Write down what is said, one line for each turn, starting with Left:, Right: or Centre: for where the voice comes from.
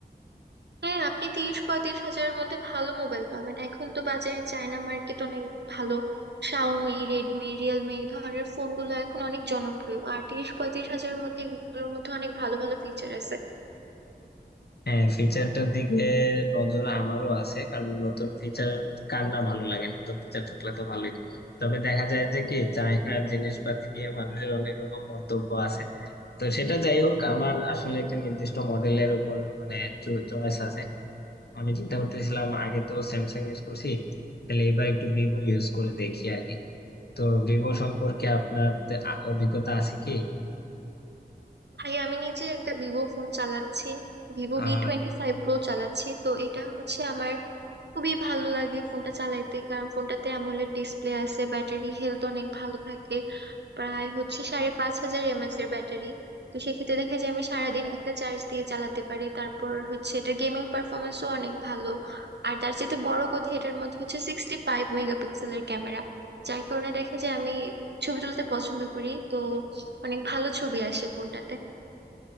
Right: হ্যাঁ আপনি তিরিশ পঁয়ত্রিশ হাজারের মধ্যে ভালো মোবাইল পাবেন এখন তো বাজারে চায়না মার্কেট অনেক ভালো শাওমি রেডমি রিয়েলমি এই ধরনের ফোনগুলো এখন অনেক জনপ্রিয় আর তিরিশ পঁয়ত্রিশ হাজারের মধ্যে এগুলোর মধ্যে অনেক ভালো ভালো ফিচার আছে
Left: হ্যাঁ ফিচারটার দিকে নজর আমারও আছে কারণ নতুন ফিচার কার না ভালো লাগে নতুন ফিচার থাকলে তো ভালোই তবে দেখা যায় যে কি চায়নার জিনিসপাতি নিয়ে মানুষের অনেক রকম মন্তব্য আছে তো সেটা যাই হোক আমার আসলে একটা নির্দিষ্ট মডেলের উপর মানে চয়েস আছে আমি চিন্তা করতেছিলাম আগে তো স্যামসাং ইউজ করছি তাহলে এবার একটু ভিভো ইউজ করে দেখি আর কি তো ভিভো সম্পর্কে আপনার তে- আ- অভিজ্ঞতা আছে কি
Right: ভাই আমি নিজে একটা ভিভো ফোন চালাচ্ছি ভিভো
Left: আর
Right: ভি টোয়েন্টি ফাইভ প্রো চালাচ্ছি তো এটা হচ্ছে আমার খুবই ভালো লাগে ফোনটা চালাইতে কারণ ফোনটাতে অ্যামোলেড ডিসপ্লে আছে ব্যাটারি হেলথ অনেক ভালো থাকে প্রায় হচ্ছে সাড়ে পাঁচ হাজার এমএএচ এর ব্যাটারি তো সেক্ষেত্রে দেখা যায় আমি সারাদিন একটা চার্জ দিয়ে চালাতে পারি তারপর হচ্ছে এটা গেমিং পারফরমেন্সও অনেক ভালো আর তার চেয়ে বড় কথা এটার মধ্যে হচ্ছে সিক্সটি ফাইভ মেগাপিক্সেলের ক্যামেরা যার কারণে দেখা যায় আমি ছবি তুলতে পছন্দ করি তো অনেক ভালো ছবি আসে ফোনটাতে